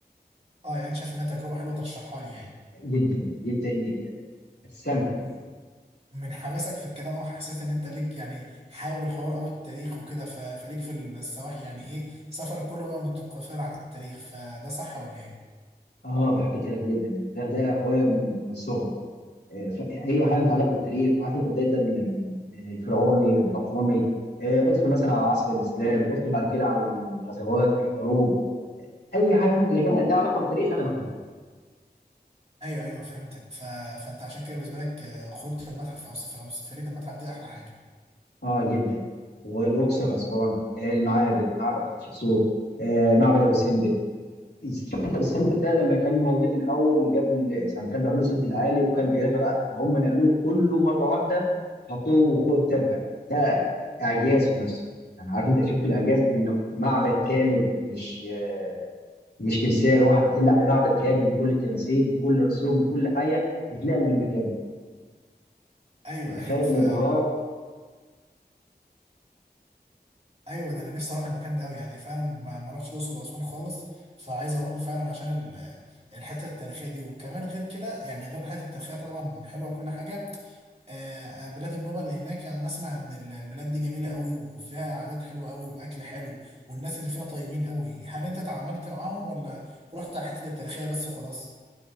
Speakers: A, on the right (about 40°); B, on the left (about 80°).
A: اه يعني انت شايف انها تجربه حلوه ترشحها لي يعني
B: جدا جدا جدا هتستمتع
A: م- من حماسك في الكلام او حسيت ان انت ليك يعني حابب الحوار او التاريخ وكده ف... فليك في السواحل يعني ايه سفرك كله بيبقى متقفر على التاريخ فده صح ولا ايه
B: آه بحب التاريخ جدا التاريخ ده هواية من صغري ف- اي حاجه متعلقه بالتاريخ عارف انت بدايه من الفرعوني البطلمي آه، ادخل مثلا على عصر الاسلام ادخل بعد كده على الغزوات الحروب اي حاجه ممكن تلاقيها لها علاقه بالتاريخ انا بحبها
A: ايوه ايوه فهمتك ف... فانت عشان كده بالنسبه لك آه، خروجه المتحف او سف... او سفريه المتحف دي احلى حاجه
B: اه جدا والاقصر اسوان آه، المعابد معبد حتشبسوت آه، معبد ابو سمبل شفت السم ده لما كان موجود الاول قبل يعني كانوا بيعملوا سد العالي وكان بيغرق فهم نقلوه كله مره واحده حطوه فوق التبه ده اعجاز في نفسه انا عارف انت شفت الاعجاز انه معبد كامل مش آه، مش تمثال واحد او اتنين لا ده معبد كامل بكل التماثيل بكل رسوم بكل حاجه اتنقل من مكانه
A: ايوه
B: متخيل
A: ايوه ف
B: الابهار
A: ايوه ده انا نفسي اروح المكان ده قوي يعني فعلا ما ما رحتش الاقصر واسوان خالص فعايز اروحه فعلا عشان ال... الحته التاريخيه دي وكمان غير كده يعني غير الحته التاريخيه طبعا حلوه وكل حاجه آه آه، بلاد النوبه اللي هناك يعني انا اسمع ان ال- البلاد دي جميله قوي وفيها عادات حلوه قوي واكل حلو والناس اللي فيها طيبين قوي هل انت تعاملت معاهم ولا رحت على الحته التاريخيه بس وخلاص